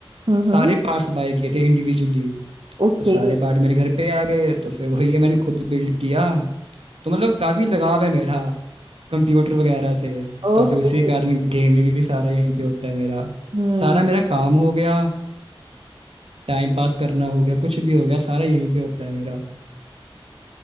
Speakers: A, on the right; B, on the right.
A: हम्म
B: सारे पार्ट्स बाय किए थे इंडिविजुअली
A: Okay
B: तो सारे पार्ट मेरे घर पे आ गए तो फिर वही है मैंने खुद बिल्ड किया तो मतलब काफी लगाव है मेरा कंप्यूटर वगैरह से
A: okay
B: तो फिर उसी के कारण गेमिंग भी सारा यहीं पे होता है मेरा
A: हम्म
B: सारा मेरा काम हो गया टाइम पास करना हो गया कुछ भी हो गया सारा यहीं पे होता है मेरा